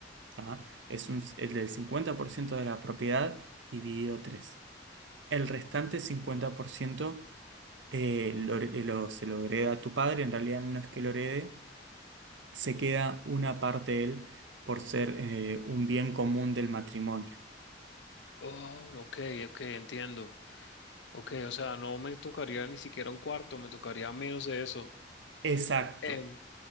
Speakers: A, on the right; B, on the left.
A: ¿tá? Es un, el del 50% de la propiedad dividido tres El restante 50% eh, lo- eh, lo- se lo hereda a tu padre, en realidad no es que lo herede, se queda una parte él por ser eh, un bien común del matrimonio.
B: Oh, ok, ok, entiendo. Ok, o sea, no me tocaría ni siquiera un cuarto, me tocaría menos de eso.
A: Exacto.
B: Em,